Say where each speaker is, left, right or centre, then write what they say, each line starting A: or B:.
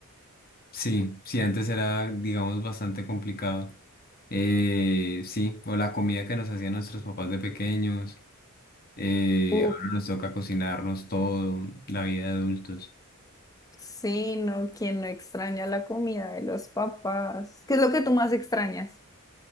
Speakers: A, on the left (about 45°); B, on the left (about 15°).
A: Sí, sí, antes era, digamos, bastante complicado. Eh, sí, o la comida que nos hacían nuestros papás de pequeños, eh,
B: Uf,
A: ahora nos toca cocinarnos todo, la vida de adultos.
B: sí, no, quien no extraña la comida de los papás. ¿Qué es lo que tú más extrañas?